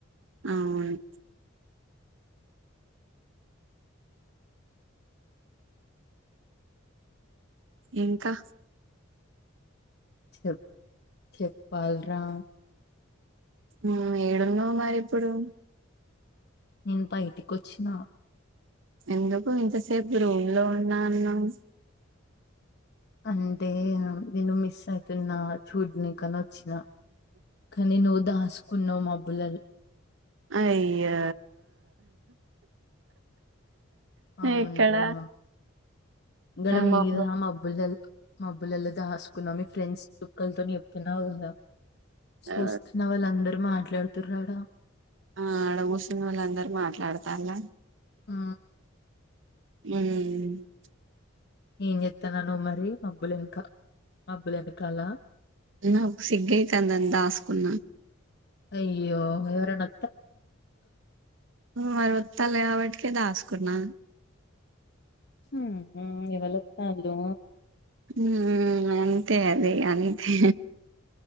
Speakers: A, on the right (about 65°); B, on the left (about 50°).
A: అవును ఇంకా
B: చెప్ చెపాల్రా
A: హ్మ్ ఏడున్నవ్ మరి ఇప్పుడు
B: నేను బయటికి వచ్చినా
A: ఎందుకు ఇంతసేపు రూమ్ లో ఉన్నా అన్నవ్,
B: అంటే నూ నిన్ను మిస్ అయితున్నా చూడ్నీకనో చ్చిన కానీ నువ్వు దాసుకున్నవ్ మ బుల్లలు
A: అయ్యో
B: అవునురా
A: ఎక్కడ
B: ఇంగడ మీదా
A: మబ్బ
B: మబ్బులల్ మబ్బులల్ల దాసుకున్నా మీ ఫ్రెండ్స్ చుక్కల్ తోని చెప్తున్నావు కదా సుస్తున్న
A: ఆ
B: వాళ్ళందరు మా ట్లడుతుర్ర్ ఆడ
A: ఆ ఆడ కూర్చున్నోలందరు మాట్లాడుతాల్ల
B: ఆ
A: హ్మ్
B: ఏం చెతన్నవ్ నువ్వు మరి మబ్బుల యెనక మబ్బులేనకాల
A: నాకు సిగ్గైతాందని దాసుకున్నా
B: అయ్యో ఎవరన్నా
A: మరి ఓత్తల్ కాబటీ కే దాసుకున్నా
B: హుహ్ ఎవలోతాల్లు
A: హ్ అంతే అది అంతే